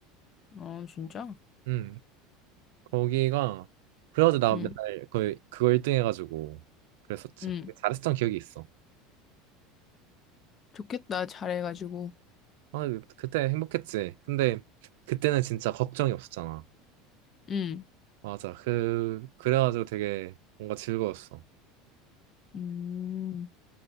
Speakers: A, on the left; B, on the right.
A: 아, 진짜?
B: 음, 거기가 그래가지고 나
A: 응,
B: 맨날 거의 그거 1등 해가지고 그랬었지.
A: 응.
B: 잘했던 기억이 있어.
A: 좋겠다. 잘해가지고.
B: 아, 그- 그때 행복했지. 근데 그때는 진짜 걱정이 없었잖아.
A: 응.
B: 맞아. 그 그래가지고 되게 뭔가 즐거웠어.
A: 음,